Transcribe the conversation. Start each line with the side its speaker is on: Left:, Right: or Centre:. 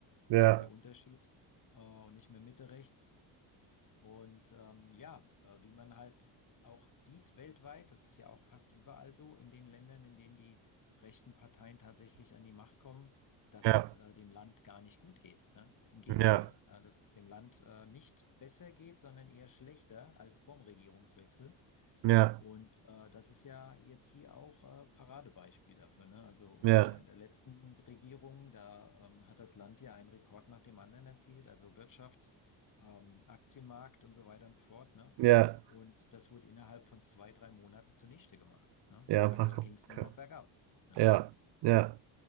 Right: Ja,
Left: Das ist der Unterschied. Äh, und nicht mehr Mitte rechts. Und ähm, ja, äh, wie man halt auch sieht weltweit, das ist ja auch fast überall so, in den Ländern, in denen die rechten Parteien tatsächlich an die Macht kommen, dass
Right: ja,
Left: es äh, dem Land gar nicht gut geht. Ne? Im Gegenteil,
Right: ja,
Left: äh, dass es dem Land äh, nicht besser geht, sondern eher schlechter als vorm Regierungswechsel.
Right: ja,
Left: Und äh, das ist ja jetzt hier auch äh, Paradebeispiel dafür, ne? Also unter
Right: ja,
Left: der letzten Regierung, da ähm, hat das Land ja einen Rekord nach dem anderen erzielt, also Wirtschaft, ähm, Aktienmarkt und so weiter und so fort, ne?
Right: ja,
Left: Und das wurde innerhalb von zwei, drei Monaten zunichte gemacht, ne?
Right: ja,
Left: Also
Right: einfach kaputt.
Left: ging es nur noch bergab, ne?
Right: Ja, ja,